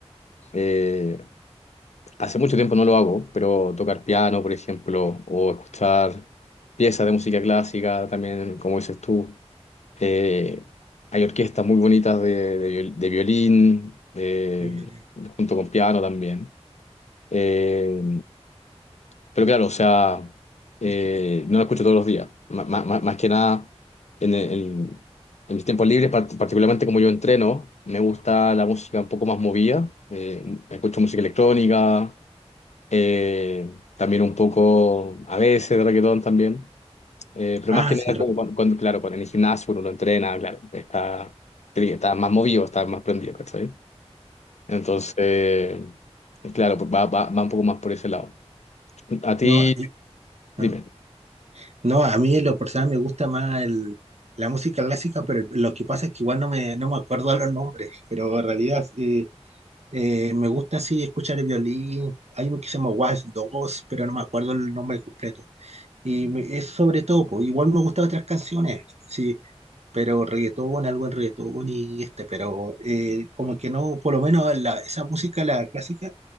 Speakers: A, on the left; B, on the right.
A: eh, Hace mucho tiempo no lo hago, pero tocar piano, por ejemplo, o escuchar piezas de música clásica, también, como dices tú. Eh, hay orquestas muy bonitas de, de viol- de violín, eh,
B: Eh,
A: junto con piano también. Eh, pero claro, o sea, eh,
B: es que-
A: no lo escucho todos los días. Ma- ma- ma- Más que nada, en, el- en- en mis tiempos libres, par- particularmente como yo entreno, me gusta la música un poco más movida. Eh, escucho música electrónica, eh, también un poco a veces de reggaetón también, eh, pero
B: Ah,
A: más que
B: sí,
A: nada
B: re-
A: como cuando, cuando, claro, cuando en el gimnasio uno no entrena, claro, está, está más movido, está más prendido, ¿cachai? Entonces, claro, pues va, va, va un poco más por ese lado. A ti,
B: no, eh,
A: dime.
B: ah. No, a mí en lo personal me gusta más el- la música clásica, pero lo que pasa es que igual no me, no me acuerdo a los nombres, pero en realidad eh, eh, me gusta así escuchar el violín. Hay uno que se llama Waltz 2, pero no me acuerdo el nombre completo. Y me- es sobre todo, po, igual me gustan otras canciones, sí, pero reggaetón, algo en reggaetón y este, pero eh, como que no, por lo menos la- esa música, la clásica,